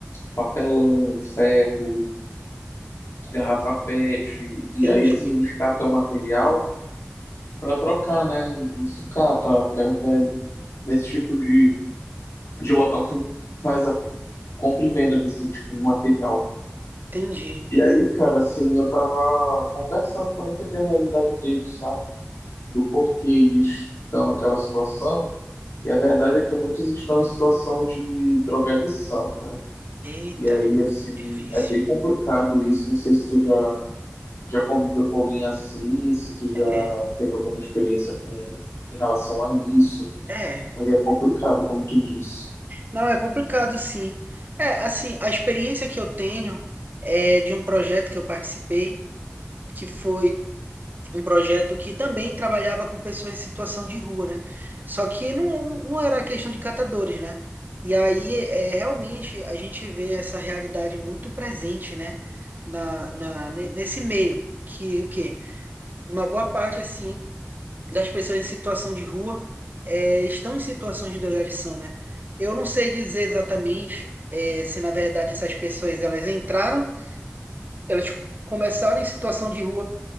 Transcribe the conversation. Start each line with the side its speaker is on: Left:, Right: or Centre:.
Left: papelão, ferro, garrafa PET, e
Right: Entendi.
Left: aí assim eles catam o material para trocar, né? Em em sucata, ferro velho, nesse tipo de, de local que faz a compra e venda desse tipo de material.
Right: Entendi.
Left: E aí, cara, assim, eu tava conversando para entender a realidade deles, sabe? Do porquê eles estão naquela situação. E a verdade é que muitos estão em situação de drogadição, cara.
Right: Eita.
Left: E aí, assim,
Right: Difícil.
Left: é bem complicado isso. Não sei se tu já, já conviveu com alguém assim, se tu já
Right: É.
Left: teve alguma experiência com, em relação a isso.
Right: É.
Left: Mas é complicado, como tu disse.
Right: Não, é complicado, sim. É, assim, a experiência que eu tenho é de um projeto que eu participei, que foi. um projeto que também trabalhava com pessoas em situação de rua, né? Só que não, não era questão de catadores, né? E aí, é, realmente, a gente vê essa realidade muito presente, né? Na, na, ne- nesse meio, que o quê? Uma boa parte, assim, das pessoas em situação de rua é, estão em situações de drogadição, né? Eu não sei dizer exatamente é, se, na verdade, essas pessoas, elas entraram, elas começaram em situação de rua